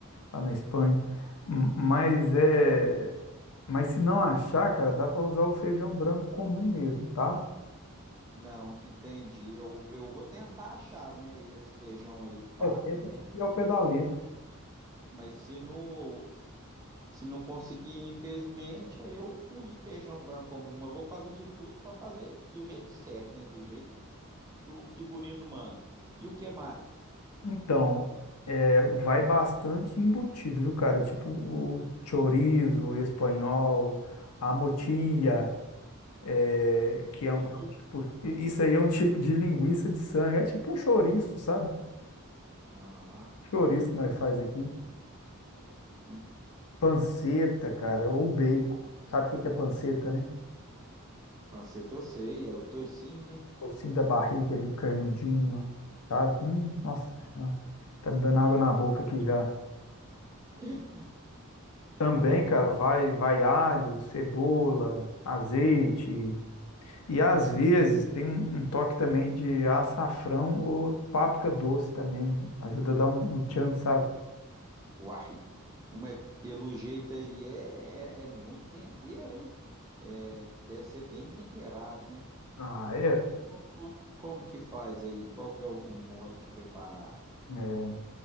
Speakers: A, on the left (about 80°); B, on the right (about 15°).
A: Lá na Espanha. M- Mas é, mas se não achar, cara, dá para usar o feijão branco comum mesmo, tá?
B: Não, entendi. Eu, eu vou tentar achar, né, esse feijão aí, Fábio,
A: É, tenta
B: né?
A: seguir ao pé da letra.
B: Mas se não, Se não conseguir, infelizmente, aí eu uso feijão branco como uma. Eu vou fazer de tudo para fazer do jeito certo, né? Do jeito que o figurino manda. E o que mais?
A: Então, é, vai bastante embutido, viu, cara? Tipo o chorizo espanhol, a motilla. é, que é
B: Que
A: um, é
B: isso?
A: um tipo, i- isso aí é um tipo de linguiça de sangue, é tipo um chouriço, sabe?
B: Ah,
A: Chouriço que nós faz aqui.
B: hum,
A: Panceta, cara, ou bacon. Sabe o que que é panceta, né?
B: panceta eu sei, é o toicinho, né?
A: Tocinho da barriga ali, carnudinho, ó, sabe? Hum, nossa
B: Que delícia.
A: senhora, tá me dando água na boca aqui já. <laughs>
B: <laughs>
A: Também, cara, vai, vai alho, cebola, azeite. E às vezes tem um, um toque também de açafrão ou páprica doce também. Ajuda a dar um, um tchan, sabe?
B: Uai, não é pelo jeito aí, é, é, é muito tempero, hein? É, deve ser bem temperado, né?
A: Ah,
B: E,
A: é?
B: co- co- como que faz aí? Qual que é o, o modo de preparar?
A: É.